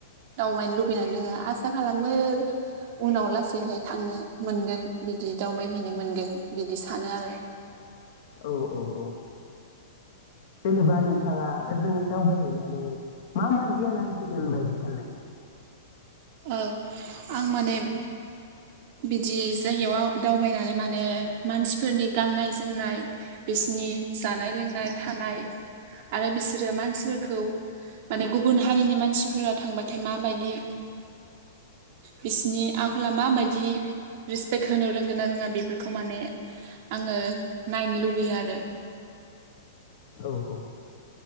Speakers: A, on the right (about 50°); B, on the left (about 60°).
A: दावबायनो लु बैनानै दोङो आसा खालामो उनाव लास बेहाय थांनो मोनगोन बिदि दावबायहैनो मोनगोन बिदि सानो आरो।
B: औ औ औ। जेनेबा नोंथाङा ओजों दावबायहैनानै मा मा गियान आरजिगोन बायदि सानदों?
A: औ आं माने बिदि जायगायाव आव दावबायनानै माने मानसिफोरनि गाननाय जोमनाय बिसिनि जानाय लोंनाय थानाय आरो बिसोरो मानसिफोरखौ माने गुबुन हारिनि मानसिफोरा थांबाथाय माबायदि बिसिनि आख'ला माबायद दि रेसपेक्ट होनो रोंगोना रोङा बेफोरखौ माने आङो नायनो लुबैयो आरो।
B: औ औ।